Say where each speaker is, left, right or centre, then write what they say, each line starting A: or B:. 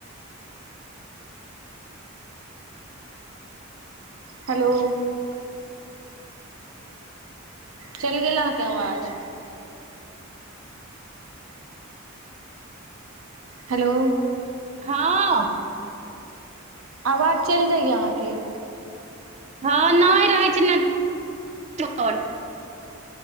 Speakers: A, on the right (about 80°); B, on the right (about 30°).
A: हेलो। चलि गेल अहाँकेँ आवाज। हेलो।
B: हँ
A: आवाज चलि जाइया अहाँकेँ
B: हँ नहि रहैत छै नेट वर्क